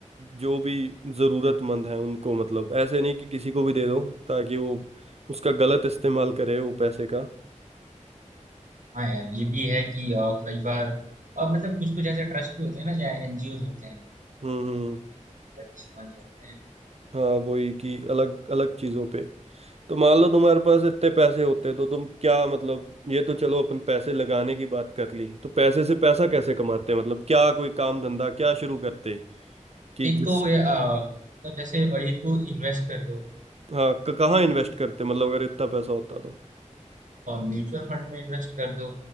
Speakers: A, on the right (about 55°); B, on the right (about 75°).
A: जो भी जरूरतमंद है उनको मतलब ऐसे नहीं कि किसी को भी दे दो ताकि वो उसका गलत इस्तेमाल करे वो पैसे का
B: हाँ यार ये भी है कि अ, कई बार अब मतलब कुछ कुछ ऐसे ट्रस्ट भी होते हैं ना या एनजीओज होते हैं जो
A: हम्म हम्म
B: गलत इस्तेमाल करते हैं
A: हाँ वही कि अलग अलग चीजों पे तो मान लो तुम्हारे पास इतने पैसे होते तो तुम क्या मतलब ये तो चलो अपन पैसे लगाने की बात कर ली तो पैसे से पैसा कैसे कमाते हैं मतलब क्या कोई काम धंधा क्या शुरू करते कि
B: एक
A: जिस
B: तो ये, अ, मतलब जैसे अ, एक तो इन्वेस्ट कर दो
A: हाँ क- कहाँ इन्वेस्ट करते मतलब अगर इतना पैसा होता तो
B: म्यूचुअल फंड में इन्वेस्ट कर दो